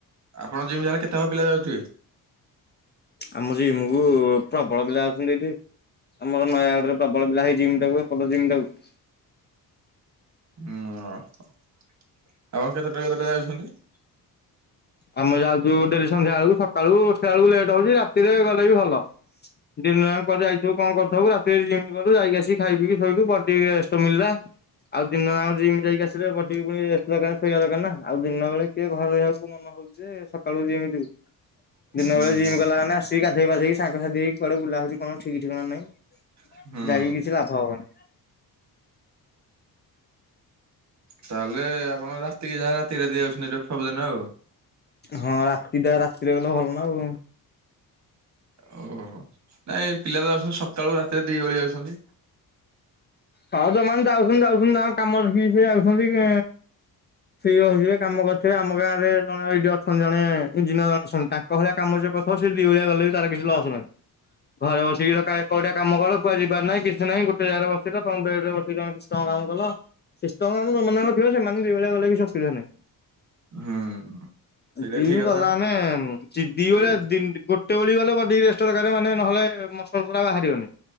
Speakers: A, on the right (about 45°); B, on the left (about 30°).
A: ଆପଣ ଜିମ୍ <unintelligible> କେତେ ହବ ପିଲା ଯାଉଥିବେ?
B: ଆମରି ଯିମକୁ ପ୍ରବଳ ପିଲା ଅଛନ୍ତି ଏଠି। ଆମର ନୟାଗଡରେ ପ୍ରବଳ ପିଲା ହେଇ ଜିମ ଟାକୁ ଏପଟ ଜିମ୍ ଟାକୁ
A: ହୁଁ ଆପଣ କେତେଟା ରୁ କେତେଟା ଯାଉଛନ୍ତି?
B: ଆମେ ଯାଉଛୁ ଡେଲି ସନ୍ଧ୍ୟା ବେଳକୁ ସକାଳୁ ଉଠିଲା ବେଳକୁ ଲେଟ୍ ହଉଛି ରାତିରେ ଗଲେ ବି ଭଲ ଡିିନା ଯାଙ୍କ କୁଆଡେ଼ ଯାଇଥିବ କଣ କରିଥିବୁ ରାତିରେ ଜିମି କଲୁ ଯାଇକି ଆସି ଖାଇ ପିଇକି ଶୋଇଲୁ ଟିକେ ରେଷ୍ଟ ମିଳିଲା ଆଉ ଦିନଜାଙ୍କର ଜିମି ଯାଇିକି ଆସିଲେ ବଡିକି ପୁଣି ରେଷ୍ଟ ଦରକାର ଶୋଇବା ଦରକାର ନା ଆଉ ଦିନ ବଳେ କିଏ ଘ ରହିବାକୁ ମନ ହଉ ଯେ ସକାଳୁ ଜିମ ଯିବୁ ଦିନ
A: ହୁଁ
B: ବେଳେ ଜିମ ଗଲା ମାନେ ଆ ଟିକି ଗଧୋଇବାଧେଇକି ସାଙ୍ଗ ସାଥି ହେଇକି କୁଆଡେ଼ ବୁଲା ହଉ କଣ ଠିକ ଠିକଣା ନାହିଁ
A: ହୁଁ
B: ଯାଇକି କିଛି ଲାଭ ହବନି
A: ତାହେଲେ ଆପଣ ରାତିକି ଯାହା ରାତିରେ ଦିଆଯାଉଛନ୍ତି ଏଟା ସବୁଦିନ ଆଉ
B: ହଁ ରାତିଟା ରାତିରେ ଗଲେ ଭଲ ନା ଆଉ
A: ଓହୋ ନାଇଁ ପିଲା ତ ଆସୁଛନ୍ତି ସକାଳୁ ରାତିରେ ଦିଓଳି ଆସଛନ୍ତି
B: ହଁ ଯୋଉ ମାନେ ଯାଉଛନ୍ତି ଯାଉଛନ୍ତି ଆମ କାମରେଖିକି ସେ ଯାଉଛନ୍ତି <unintelligible> ଫ୍ରୀ ରହିଥିବେ କାମ କରିଥିବେ ଆମ ଗାଁରେ ଜଣେ ଏଇ ଡି ଅଛନ୍ତି ଜଣେ ଇଞ୍ଜିନିୟର ଜଣେ ଅଛନ୍ତି ତାଙ୍କ କହଳିଆ କାମ ସିଏ କରିଥିବ ସେ ଦିଇଳିଆ ଗଲେ ବି ତାର କିଛି ତ ଲସ୍ ନାହିଁ ଘରେ ବସିକି କୋଉଡିଆ କାମ କୁହା ଯିବାର ନାହିଁ କିଛି ନାହିଁ ଗୋଟେ ଜାଗାରେ ବସ ସେଇଟା ତମ ବେଡ ରେ ବସୀକି ତମ ସିଷ୍ଟମ କାମ କଲ ସିଷ୍ଟଙ୍ଗ କାମଯୋଉ ମାନଙ୍କର ଥିବ ସେମାନେ ଦୁଇଳି ଗଲେ କିଛି ଅୁବିଧା ନାହିଁ
A: ହୁଁ ସେଇଟା
B: ଦିମି
A: ଠିକ କଥା
B: ଗଲା ମାନେ ଚିଦି ବଳିଆ
A: ହୁଁ
B: ଗୋଟେ ଟେଳି ଗଲେ ବଡିକି ରେଷ୍ଟଦରକାର ମାନେ ନହେଲେ ମସଲାସଲା ବାହାରିବନି